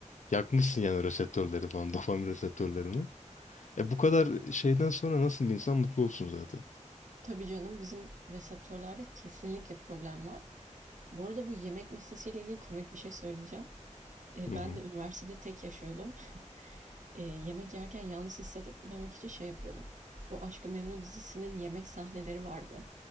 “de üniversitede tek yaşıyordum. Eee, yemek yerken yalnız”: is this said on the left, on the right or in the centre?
Right